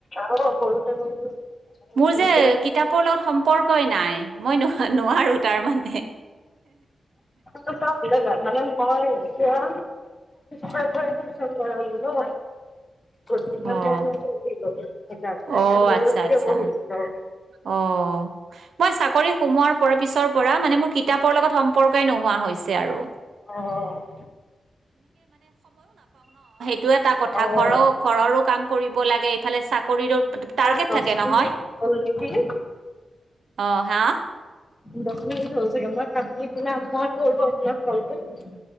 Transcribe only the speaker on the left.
আৰু সৰুতে সৰুতে নতুনকৈ
চাবা মানে মই এতিয়া ফাইভৰ এডমিশ্যন কৰালো ন গতিকে
মই কি কৰিম এতিয়া মোৰ
নিজেও
পঢ়িব
হৈছিলে
অ অ
অ
তোমাৰ দহ
মিনিট হ'ল নেকি
দছ মিনিট হল ছাগে মই কাপোৰ কিনা মই ঘৰ গৈ কিনে ফোন কৰিম